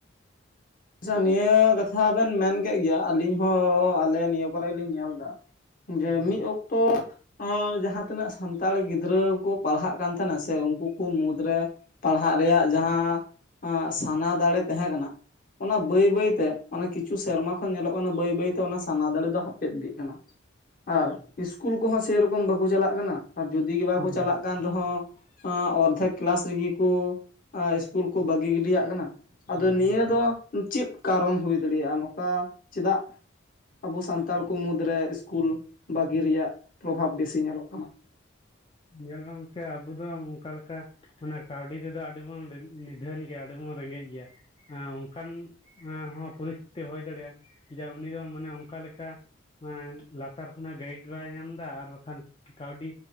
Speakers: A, on the left (about 40°); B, on the left (about 25°).
A: ᱟᱪᱷᱟ ᱱᱤᱭᱟᱹ ᱠᱟᱛᱷᱟ ᱵᱮᱱ ᱢᱮᱱ ᱠᱮᱫ ᱜᱮᱭᱟ ᱟᱞᱤᱧ ᱦᱚᱸ ᱟᱞᱮ ᱱᱤᱭᱟᱹ ᱠᱚᱨᱮ ᱞᱤᱧ ᱧᱮᱞ ᱞᱮᱫᱟ ᱡᱮ
B: ᱦᱳᱭ
A: ᱢᱤᱫ
B: ᱦᱳᱭ
A: ᱚᱠᱛᱚ ᱡᱟᱦᱟᱸ ᱛᱤᱱᱟᱹᱜ ᱥᱟᱱᱛᱟᱲ ᱜᱤᱫᱽᱨᱟᱹ ᱠᱚ ᱯᱟᱲᱦᱟᱜ ᱠᱟᱱ ᱛᱟᱦᱮᱱᱟ ᱥᱮ ᱩᱱᱠᱩ ᱠᱚ ᱢᱩᱫᱽᱨᱮ ᱯᱟᱲᱦᱟᱜ ᱨᱮᱭᱟᱜ ᱡᱟᱦᱟᱸ ᱥᱟᱱᱟ ᱫᱟᱲᱮ ᱛᱟᱦᱮᱸ ᱠᱟᱱᱟ ᱚᱱᱟ ᱵᱟᱹᱭ ᱵᱟᱹᱭᱛᱮ ᱚᱱᱮ ᱠᱤᱪᱷᱩ ᱥᱮᱨᱢᱟ ᱠᱷᱚᱱ ᱧᱮᱞᱚᱜ ᱠᱟᱱᱟ ᱵᱟᱹᱭ ᱵᱟᱹᱭᱛᱮ ᱚᱱᱟ ᱥᱟᱱᱟ ᱫᱟᱲᱮ ᱫᱚ ᱦᱟᱯᱮᱫ ᱤᱫᱤᱜ ᱠᱟᱱᱟ ᱟᱨ
B: ᱦᱩᱸ
A: ᱤᱥᱠ ᱤᱥᱠᱩᱞ ᱠᱚᱦᱚᱸ ᱥᱮᱨᱚᱠᱚᱢ ᱵᱟᱠᱚ ᱪᱟᱞᱟᱜ ᱠᱟᱱᱟ ᱟᱨ ᱡᱩᱫᱤ ᱜᱮ ᱵᱟᱠᱚ
B: ᱦᱩᱸ
A: ᱪᱟᱞᱟᱜ ᱠᱟᱱᱟ ᱠᱟᱱ ᱨᱮᱦᱚᱸ ᱚᱨᱫᱷᱮᱠ ᱠᱮᱞᱟᱥ ᱨᱮᱜᱮ ᱠᱚ ᱤᱥᱠᱩᱞ ᱠᱚ ᱵᱟᱹᱜᱤ ᱜᱤᱰᱤᱭᱟᱜ ᱠᱟᱱᱟ ᱟᱫᱚ
B: ᱦᱳᱭ
A: ᱱᱤᱭᱟᱹ
B: ᱦᱳᱭ
A: ᱫᱚ ᱪᱮᱫ ᱠᱟᱨᱚᱱ ᱦᱩᱭ ᱫᱟᱲᱮᱭᱟᱜᱼᱟ ᱱᱚᱝᱠᱟ ᱪᱮᱫᱟᱜ ᱟᱵᱚ ᱥᱟᱱᱛᱟᱲ ᱠᱚ ᱢᱩᱫᱽ ᱨᱮ ᱥᱠᱩᱞ ᱵᱟᱹᱜᱤ ᱨᱮᱭᱟᱜ ᱯᱨᱚᱵᱷᱟᱵ ᱵᱮᱥᱤ ᱧᱮᱞᱚᱜ ᱠᱟᱱᱟ
B: ᱧᱮᱞ ᱜᱚᱝᱠᱮ ᱟᱵᱚ ᱫᱚ ᱚᱱᱠᱟ ᱞᱮᱠᱟ ᱚᱱᱟ ᱠᱟᱹᱣᱰᱤ ᱛᱮᱫᱚ ᱟᱹᱰᱤᱵᱚᱱ ᱩᱛᱷᱟᱹᱱ ᱜᱮᱭᱟ ᱟᱹᱰᱤᱵᱚᱱ ᱨᱮᱸᱜᱮᱡ ᱜᱮᱭᱟ ᱮ ᱚᱱᱠᱟᱱ ᱦᱚᱸ ᱯᱚᱨᱤᱥᱛᱷᱤᱛᱤ ᱦᱳᱭ ᱫᱟᱲᱮᱭᱟᱜᱼᱟ ᱡᱮ ᱩᱱᱤ ᱫᱚ ᱢᱟᱱᱮ ᱚᱱᱠᱟ ᱞᱮᱠᱟ ᱞᱟᱛᱟᱨ ᱠᱷᱚᱱᱟᱜ ᱜᱟᱭᱤᱰ ᱵᱟᱭ ᱧᱟᱢ ᱮᱫᱟ ᱟᱨ ᱵᱟᱠᱷᱟᱱ ᱠᱟᱹᱣᱰᱤ